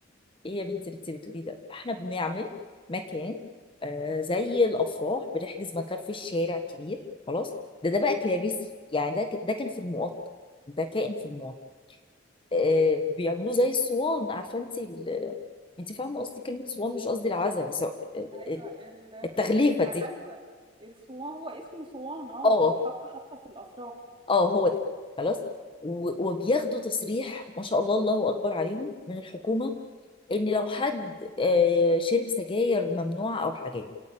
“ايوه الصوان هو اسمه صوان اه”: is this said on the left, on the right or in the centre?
Right